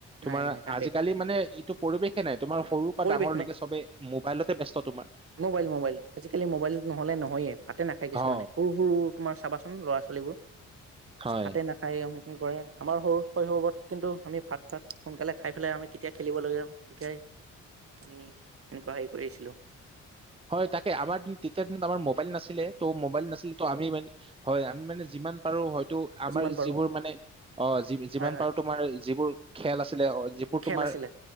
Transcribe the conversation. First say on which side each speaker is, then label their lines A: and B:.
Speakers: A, on the right; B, on the right.
A: নাই
B: তোমাৰ
A: নাই তাকেই
B: আজিকালি মানে এইটো পৰিৱেশে নাই। তোমাৰ সৰুৰ পৰা
A: পৰিৱেশ
B: ডাঙৰলৈকে
A: নাই
B: চবে মোবাইলতে ব্যস্ত তোমাৰ।
A: মোবাইল মোবাইল আজিকালি মোবাইল নহ'লে নহয়ে ভাতে নাখায় কিছুমানে
B: অ
A: সৰু সৰু তোমাৰ চাবাচোন ল'ৰা- পোৱালিবোৰ
B: হয়
A: ভাতে নাখায় অ কৰে আমাৰ সৰু শৈশৱত কিন্তু আমি ভাত চাত সোনকালে খাই পেলাই আমি কেতিয়া খেলিবলৈ যা তেতিয়াই আমি এনেকুৱা সেই কৰিছিলোঁ।
B: হয় তাকে আমাৰ তেতিয়াৰ দিনত আমাৰ মোবাইল নাছিল। ত' মোবাইল নাছিলে ত' আমি মানে হয় আমি মানে যিমান পাৰো হয়তো আমাৰ
A: যিমান পাৰো
B: যিবোৰ মানে অ যিমান
A: হয় হয়
B: পাৰো তোমাৰ যিবোৰ খেল আছিলে যিবোৰ
A: খেল
B: তোমাৰ
A: আছিলে